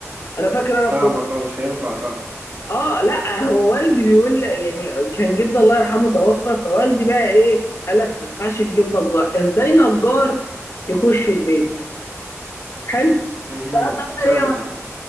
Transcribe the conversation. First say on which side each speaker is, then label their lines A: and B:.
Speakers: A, on the left; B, on the right.
A: انا فاكر
B: فاهمك
A: انا
B: اه مش هينفع طبعا
A: اه لا هو والدي بيقول يعني كان جدي الله يرحمه توفى فوالدي بقى ايه قال لك ما ينفعش نجيب نجار ازاي نجار يخش البيت حلو
B: أمم،
A: فقام عمل
B: فهمتك
A: ايه بقى؟